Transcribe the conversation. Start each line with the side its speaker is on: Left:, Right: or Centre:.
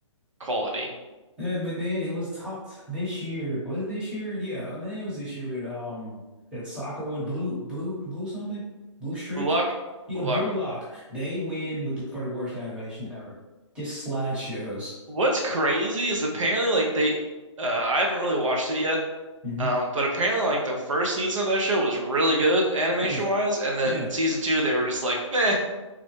Right: quality.
Centre: Yeah, but then it was topped this year. Was it this year? Yeah, I think it was this year with that um that soccer one, blue blue blue something, blue streak.
Right: Blue Lock,
Centre: Yeah,
Right: Blue
Centre: Blue
Right: Lock.
Centre: Lock. They win with the for the worst animation ever. Just slideshows.
Right: What's crazy is apparently like they. Uh, I haven't really watched it yet.
Centre: hmm
Right: Um, but apparently, like the first season of that show was really good animation
Centre: Yeah,
Right: wise, and then
Centre: yeah.
Right: season two they were just like, meh.